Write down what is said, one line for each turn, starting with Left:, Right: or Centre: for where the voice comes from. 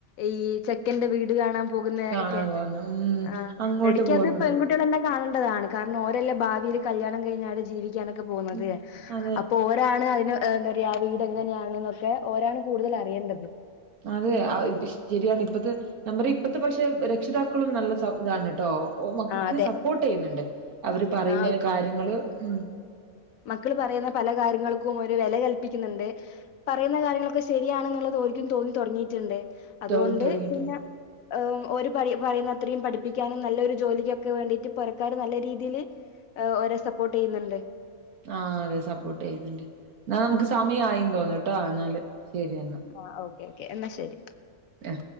Left: ഈ ചെക്കന്റെ വീട് കാണാം പോകുന്ന
Right: കാണാൻ
Left: ഒക്കെ
Right: പോകുന്ന ഉം
Left: ആഹ്
Right: അങ്ങോട്ട്
Left: എടക്ക്
Right: പോകുന്നതും
Left: അത് പെൺകുട്ട്യാൾ തന്നെ കാണേണ്ടതാണ് കാരണം ഓരല്ലേ ഭാവിയിൽല്യാണം കഴിഞ്ഞാല് ജീവിക്കാനൊക്കെ പോന്നത്
Right: ഉം, അതെ
Left: അപ്പൊ ഒരാണ് അതിനെ ഏഹ് എന്തറയാ വീട് എങ്ങനെയാണ് എന്നൊക്കെ ഓരാണ് കൂടുതൽ അറിയേണ്ടത്
Right: അതെ ആഹ് ശരിയാണ് ഇപ്പത്തെ നമ്മുടെ ഇപ്പത്തെ പക്ഷെ രക്ഷിതാക്കളും നല്ല സഹ് താണ് ട്ടോ ഓഹ് മക്കൾക്ക്
Left: ആഹ് അതെ
Right: സപ്പോർട്ട് ചെയ്യുന്നുണ്ട് അവര് പറയുന്നതിന്
Left: ആഹ്
Right: കാര്യങ്ങള് ഉം
Left: മക്കൾ പറയുന്ന പല കാര്യങ്ങൾക്കും ഒരു വെല കല്പിക്കുന്നുണ്ട്. പറയുന്ന കാര്യങ്ങളൊക്കെ ശരിയാണ് ന്നുള്ളത് ഓൽക്കും തോന്നി തൊടങ്ങിട്ടുണ്ട്. അതുകൊണ്ട്
Right: തൊ- തുടങ്ങിയിട്ടുണ്ട്
Left: പിന്നെ ഒരു പറയുന്ന അത്രയും പഠിപ്പിക്കാനും നല്ലൊരു ജോലിക്കൊക്കെ വേണ്ടിട്ട് പോരക്കാർ നല്ല രീതിയിൽ ഓരെ സപ്പോർട്ട് ചെയ്യുന്നുണ്ട്.
Right: ആഹ് അതെ സപ്പോർട്ട് ചെയ്യുന്നുണ്ട് ന്നാൽ നമുക്ക് സമയയി തോന്നണുട്ടോ ന്നാല് ശരിയെന്നാ.
Left: ആഹ് ഓക്കെ എന്നാ ശരി.
Right: ഏഹ്